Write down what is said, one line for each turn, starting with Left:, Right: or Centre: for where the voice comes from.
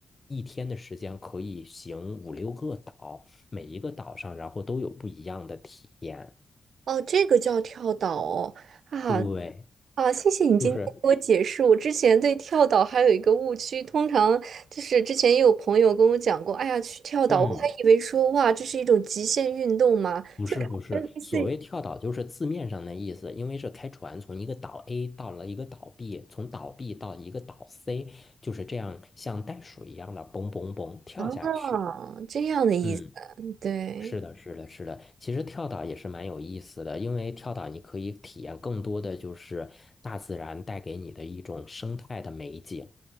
Left: 一天的时间可以行五六个岛。每一个岛上，然后都有不一样的体验。
Right: 哦，这个叫跳岛哦，啊。
Left: 对，
Right: 啊，谢谢你今天给我解释。
Left: 就是，
Right: 我之前对跳岛还有一个误区，通常就是之前也有朋友跟我讲过，哎呀，去跳岛，
Left: 嗯，
Right: 我还以为说哇，这是一种极限运动嘛，
Left: 不是不是，
Right: 就感觉类似于
Left: 所谓跳岛就是字面上的意思，因为是开船从一个岛 A 到了一个岛 B，从岛 B 到一个岛 C，就是这样像袋鼠一样的嘣嘣嘣跳下去。
Right: 啊这样的意思。
Left: 嗯，
Right: 对，
Left: 是的，是的，是的。其实跳岛也是蛮有意思的，因为跳岛你可以体验更多的就是大自然带给你的一种生态的美景。